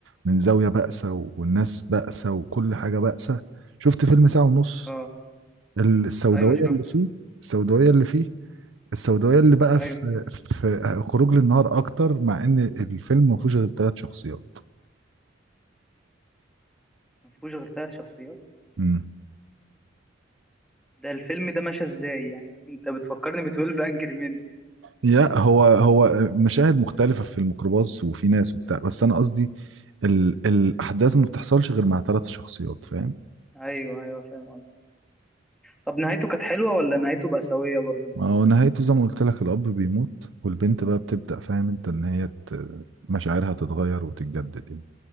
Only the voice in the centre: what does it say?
اه
ايوه شفت
ايوه
ما فيهوش غير ثلاث شخصيات
ده الفيلم ده ماشي ازاي يعني <laughs> انت بتفكرني ب 12 انجري مان
ايوه ايوه فاهم قصدي طب نهايته كانت حلوه ولا نهايته بأساوية برضه